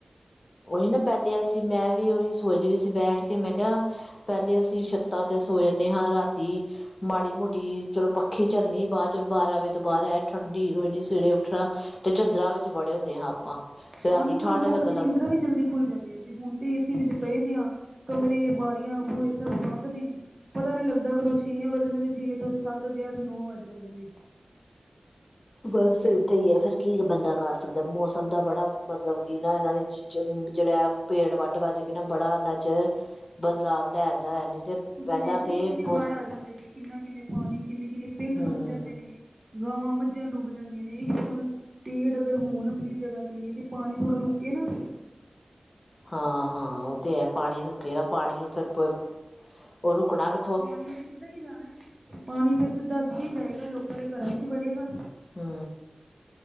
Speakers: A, on the left; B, on the right.
A: ਉਹੀ ਨਾ ਪਹਿਲੇ ਅਸੀਂ ਮੈਂ ਵੀ ਉਹੀ ਸੋਚਦੀ ਵੀ ਸੀ ਬੈਠ ਕੇ ਮੈਂ ਕਿਹਾ ਪਹਿਲੇ ਅਸੀਂ ਸ਼ਤਾਂ ਤੇ ਸੋ ਯਾਨੇ ਹਾਂ ਰਾਤੀ ਮਾੜੀ ਮੋਟੀ ਚਲੋ ਪੱਖੀ ਝਲਨੀ ਬਾਦ ਚ ਚਲੋ ਬਾਰਾਂ ਵਜੇ ਤੋਂ ਬਾਹਰ ਆ ਠੰਡੀ ਰ ਇਨੀ ਸਵੇਰੇ ਉੱਠਣਾ ਤੇ ਚਾਦਰਾਂ ਵਿੱਚ ਵੜੇ ਹੁੰਨੇ ਹਾਂ ਆਪਾਂ ਰਾਤੀ
B: ਹਾਂ ਤੇ ਸਗੋਂ
A: ਠੰਢ
B: ਲੋਕਾਂ
A: ਲੱਗਣ
B: ਦੀ
A: ਲੱਗ
B: ਨਿੰਦਰਾ ਵੀ ਜਲਦੀ ਖੁੱਲ ਜਾਂਦੀਆਂ ਸੀ ਹੁਨ ਤੇ ਏਸੀ ਵਿੱਚ ਪਏਦੇ ਹਾਂ ਕਮਰੇ ਬਾਰੀਆਂ ਬੂਹੇ ਸਭ ਬੰਦ ਨੇ ਪਤਾ ਨਹੀਂ ਲੱਗਦਾ ਕਦੋਂ ਛੇ ਵੱਜਦੇ ਨੇ ਤੇ ਛੇ ਤੋਂ ਸੱਤ ਤੇ ਅੱਠ ਨੌ ਵੱਜ ਜਾਂਦੇ ਨੇ
A: ਬਸ ਏਦਾਂ ਹੀ ਆ ਫਿਰ ਕੀ ਬੰਦਾ ਕਰ ਸਕਦਾ ਮੌਸਮ ਦਾ ਬੜਾ ਮਤਲਬ ਕੀ ਨਾ ਇਹਨਾਂ ਨੇ ਜਿ ਜਿਹੜਾ ਏ ਪੇੜ ਵੱਢ ਵੱਢ ਕੇ ਨਾ ਬੜਾ ਇਹਨਾਂ 'ਚ, ਬਦਲਾਵ ਲੈ ਆਂਦਾ ਹੈ ਨੀ ਤੇ
B: ਤੁਸੀਂ
A: ਪਹਿਲਾਂ
B: ਵੇਖਦੇ
A: ਤੇ
B: ਨੇ ਕਿੰਨੇ
A: ਬਹੁਤ
B: ਹੜ੍ਹ ਆ ਜਾਂਦੇ ਨੇ ਕਿੰਨਾ ਕਿੰਨੇ ਪਾਨੀ ਕਿੰਨੇ ਕਿੰਨੇ ਪਿੰਡ
A: ਹਮ
B: ਡੁੱਬ ਜਾਂਦੇ ਨੇ ਗਾਵਾਂ ਮੱਝਾਂ ਡੁੱਬ ਜਾਂਦੀਆਂ ਨੇ ਇਹੀੳ ਹੁਨ ਪੇੜ ਅਗਰ ਹੋਨ ਅਪਨੀ ਜਗ੍ਹਾ ਤੇ ਤੇ ਪਾਨੀ ਥੋੜਾ ਰੁਕੇ ਨਾ
A: ਹਾਂ ਹਾਂ ਉਹ ਤੇ ਹੈ ਪਾਣੀ ਰੁਕੇਗਾ ਪਾਣੀ ਉਹ ਫੇ ਫੇਰ ਉਹ ਰੁਕਣਾ ਕਿ
B: ਪਾਣੀ ਨੇ ਸਿੱਧਾ ਹੀ ਜਾਣਾ ਪਾਣੀ ਤੇ ਫਿਰ ਸਿੱਧਾ ਅੱਗੇ ਹੀ ਜਾਏਗਾ ਲੋਕਾਂ ਦੇ ਘਰਾਂ ਚ ਹੀ ਵੜੇਗਾ
A: ਹੂੰ